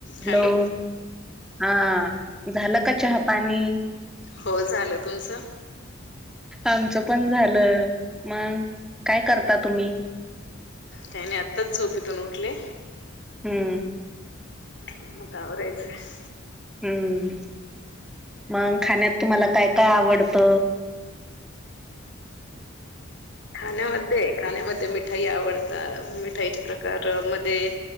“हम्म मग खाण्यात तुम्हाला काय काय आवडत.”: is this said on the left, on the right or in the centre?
Centre